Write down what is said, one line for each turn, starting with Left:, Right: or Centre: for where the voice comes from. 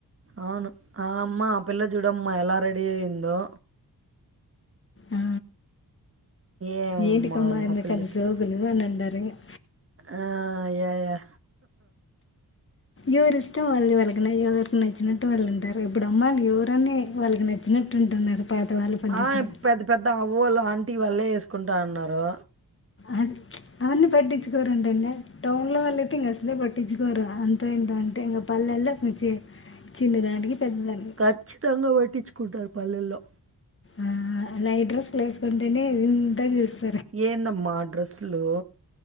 Right: అవును ఆ అమ్మ ఆ పిల్ల చూడమ్మా ఎలా రెడీ అయిందో
Left: ఆ
Right: ఏమమ్మా
Left: ఏంటికమ్మా ఎందుకు
Right: ఆ పిల్లకి
Left: అంత సోగులు అని అంటారు రింగా
Right: ఆ యా యా
Left: ఎవరి ఇష్టం వాళ్ళు ది వాళ్ళకి ఎవరు నచ్చినట్టు వాళ్ళు ఉంటారు ఇప్పుడు అమ్మాళ్ళు ఎవరని వాళ్ళకి నచ్చినట్టు ఉంటున్నారు పాత వాళ్ళ పద్ధతిగా
Right: ఆ పెద్ద పెద్ద పోవాలా ఆంటీ వాళ్ళే చేసుకుంటా అన్నారు
Left: అది అవన్నీ పట్టించుకోరుంటండి టౌన్ లో వాల్ల అయితే ఇంక అసలే పట్టించుకోరు అంత ఏంట అంటే ఇంకా పల్లెల్లో అ చిన్నదానికి పెద్దదానికి
Right: ఖచ్చితంగా పట్టించుకుంటారు పల్లెల్లో
Left: ఆ నైట్ డ్రెస్లు వేసుకుంటేనే వింతగా చ
Right: ఎందమ్మ ఆ డ్రెస్ లు